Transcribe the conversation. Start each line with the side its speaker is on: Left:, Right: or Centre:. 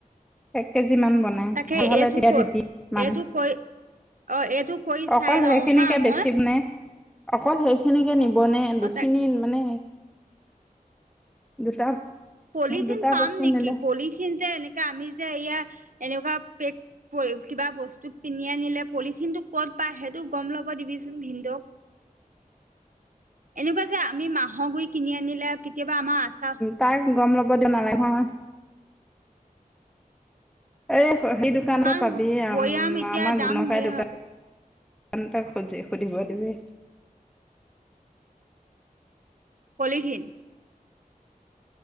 Centre: এক কেজিমান বনাই,
Right: তাকে
Centre: ভাল হ'লে
Right: এইটো
Centre: তেতিয়া
Right: ক
Centre: দিবি মানে।
Right: এইটো কৈ অ এইটো কৰি
Centre: অকল
Right: চাই লওঁ
Centre: সেইখিনিকে
Right: হা মই
Centre: বেছিম নে? অকল সেইখিনিকে নিব নে
Right: অ
Centre: দুখিনি
Right: তাক
Centre: মানে দুটা
Right: পলিথিন
Centre: দুটা
Right: পাম
Centre: বস্তু
Right: নেকি
Centre: নিলে
Right: পলিথিন যে এনেকা আমি যে এয়া এনেকুৱাে পেক পলি কিবা বস্তু কিনি আনিলে পলিথিনটো ক'ত পায় সেইটো গম লব দিবিচোন ভিনদেওক? এনেকুৱা যে আমি মাহৰ গুৰি কিনি আনিলে আৰু কেতিয়াবা আমাৰ আচাৰ
Centre: তাৰ গম ল'ব দিয় নালাগে নহয়। এই সেই দোকানতে
Right: কাৰণ
Centre: পাবি আম
Right: বৈয়াম এতিয়া
Centre: আমাৰ
Right: দাম
Centre: গুণকাই
Right: ধেৰ
Centre: দোকান।
Right: হ'ব
Centre: কাণ তাক সুজি সুধিব দিবি।
Right: পলিথিন?